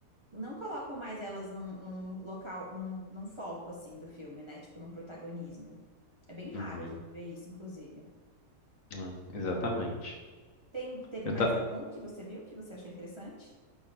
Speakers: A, on the right (about 25°); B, on the left (about 60°).
A: não colocam mais elas num, num local, num, num foco assim do filme, né? Tipo, num protagonismo. É bem raro
B: Uhum.
A: a gente ver isso, inclusive.
B: É, exatamente.
A: Tem, teve
B: Eu,
A: mais
B: ta-
A: algum que você viu que você achou interessante?